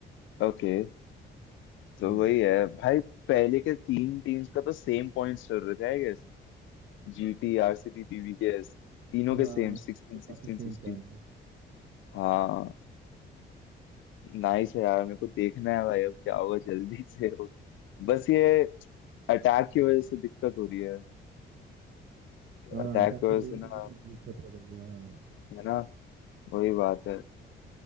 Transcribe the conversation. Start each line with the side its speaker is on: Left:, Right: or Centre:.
Left: okay तो
Right: हाँ
Left: वही है भाई पहले के तीन टीम्स का तो सेम पॉइंट्स चल रहे थे I guess GT RCB PVKS तीनों
Right: हाँ
Left: के सेम
Right: हाँ तो
Left: 16 16
Right: काफी सेम
Left: 16
Right: पॉइंट है
Left: हाँ नाइस है यार मेरे को देखना है भाई अब क्या होगा जल्दी <laughs> से हो बस ये अटैक की वजह से दिक्कत हो रही है
Right: हाँ
Left: अटैक
Right: अटैक
Left: की वजह
Right: की
Left: से
Right: वजह
Left: ना
Right: से भी तो दिक्कत हो रही है हाँ
Left: है ना वही बात है